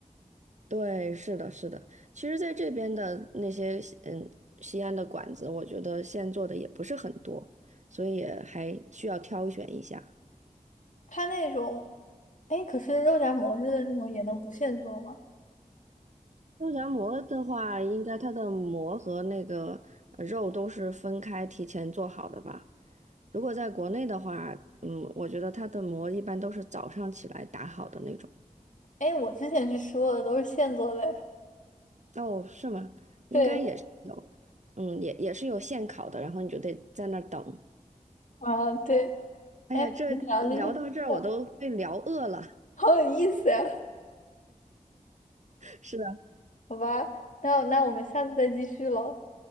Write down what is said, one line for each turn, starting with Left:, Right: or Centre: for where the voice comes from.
Right: 对，是的，是的。其实，在这边的那些西嗯西安的馆子，我觉得现做的也不是很多，所以也还需要挑选一下。
Left: 它那种，哎，可是肉夹馍似的那种也能不现做吗？
Right: 肉夹馍的话，应该它的馍和那个呃肉都是分开提前做好的吧？如果在国内的话，嗯，我觉得它的馍一般都是早上起来打好的那种。
Left: 哎，我之前是说的都是现做的，
Right: 哦，是吗？应该也是有，
Left: 对，
Right: 嗯，也也是有现烤的，然后你就得在那儿等。
Left: 啊，对，
Right: 哎呀，
Left: 哎，反们聊这些吃的，
Right: 这聊到这儿我都被聊饿了。
Left: 好有意思呀，
Right: <laughs> 是的，
Left: 好吧，那那我们下次再继续喽，